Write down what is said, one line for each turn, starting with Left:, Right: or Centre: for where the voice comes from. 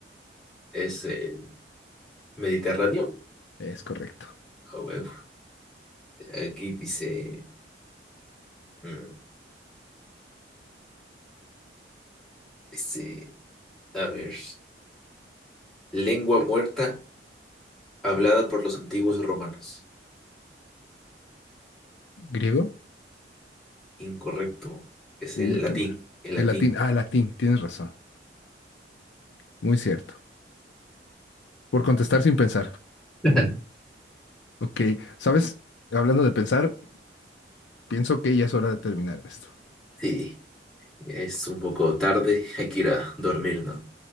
Centre: es el Mediterráneo.
Left: Es correcto.
Centre: Ah, huevo. Aquí dice, mm, dice, a ver, lengua muerta hablada por los antiguos romanos.
Left: ¿Griego?
Centre: Incorrecto, es
Left: Uy,
Centre: el latín,
Left: qué mal.
Centre: el latín.
Left: El latín, ah, el latín, tienes razón. Muy cierto. Por contestar sin pensar.
Centre: <laughs>
Left: Ok, ¿sabes? Hablando de pensar, pienso que ya es hora de terminar esto.
Centre: Sí, es un poco tarde, hay que ir a dormir, ¿no? O